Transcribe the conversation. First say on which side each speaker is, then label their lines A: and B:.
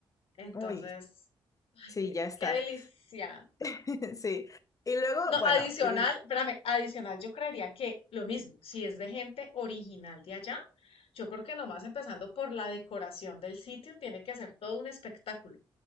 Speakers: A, on the left (about 85°); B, on the left (about 35°).
A: Entonces,
B: Uy,
A: ay,
B: sí,
A: qué,
B: ya está.
A: qué delicia.
B: <laughs> Sí. Y luego,
A: No,
B: bueno,
A: adicional,
B: l-
A: espérame, adicional, yo creería que lo mismo, si es de gente original de allá, yo creo que nomás empezando por la decoración del sitio, tiene que ser todo un espectáculo.